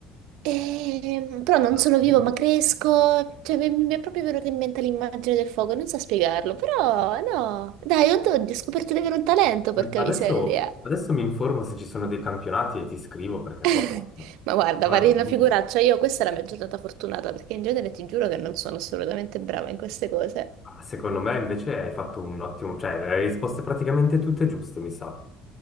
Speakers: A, on the right (about 70°); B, on the left (about 20°).
A: Ehm, però non
B: Assurdo.
A: sono vivo ma cresco, cioè mi, mi è proprio venuta in mente l'immagine del fuoco, non so spiegarlo, però no, dai, oddio, ho scoperto di avere un talento, porca
B: Adesso,
A: miseria.
B: adesso mi informo se ci sono dei campionati e ti scrivo perché qua,
A: <laughs>
B: qua
A: Ma guarda, farei
B: è venuti.
A: una figuraccia, io questa è la mia giornata fortunata, perché in genere ti giuro che non sono assolutamente brava in queste cose.
B: Ah, Secondo me invece hai fatto un ottimo, cioè le hai risposte praticamente tutte giuste, mi sa.